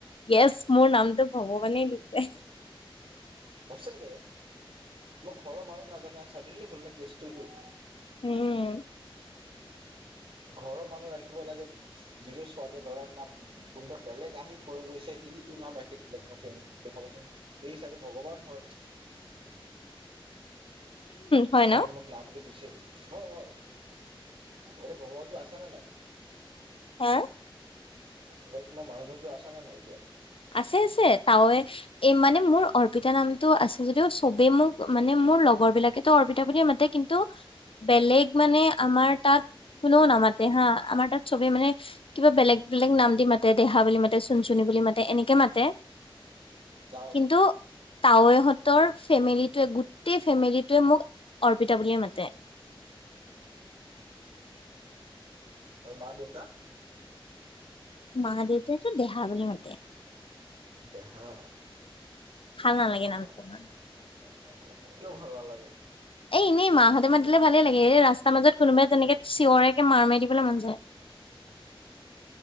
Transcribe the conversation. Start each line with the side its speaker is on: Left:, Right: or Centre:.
Left: ইএচ মোৰ নামটো ভগৱানে দিছে।
Right: সচাঁকে মই ঘৰৰ মানুহ নাজানে চাদেনলী হ'ল ন কেচটো এইটো
Left: উম
Right: ঘৰৰ মানুহ ৰাখিব লাগে নিজৰ ছোৱালী ল'ৰাৰ নাম কোনোবা বেলেগ আহি থ গৈছে সিটো নাম ৰাখি দিলে ভাবচোন এই চাগে ভগৱান হয়।
Left: হয়
Right: যোনে
Left: ন
Right: তোমাক নামটো দি হয় হয় এয়া ভগৱান টো আছা নে নাই।
Left: হা
Right: সেই তোমাৰ মানুহজনতো আছা নে নাই এতিয়া
Left: আছে আছে তাৱে এই মানে মোৰ অৰ্পিতা নামটো আছে যদিও চবে মোক মানে মোৰ লগৰ বিলাকেতো অৰ্পিতা বুলিয়ে মাতে কিন্তু বেলেগ মানে আমাৰ তাত কোনেও নামাতে হা আমাৰ তাত চবে মানে কিবা বেলেগ বেলেগ নাম দি মাতে দেহা বুলি মাতে চুন চুনি বুলি মাতে এনেকে মাতে।
Right: গাঁৱত
Left: কিন্তু তাৱৈহঁতৰ ফেমিলি গোটেই ফেমিলি তোৱে মোক অৰ্পিতা বুলিয়ে মাতে।
Right: আৰু মা, দেউতা?
Left: মা দেউতাটো দেহা বুলি মাতে।
Right: দেহা।
Left: ভাল নালাগে
Right: <inaudible>
Left: নামটো ইমান
Right: কিয় ভাল নালাগে?
Left: এই এনেই মাহঁতে মাতিলে ভালে লাগে এই ৰাছ তাৰ মাজত কোনোবাই যেনেকে চিঞৰে একে মাৰ মাৰি দিবলৈ মন যায়।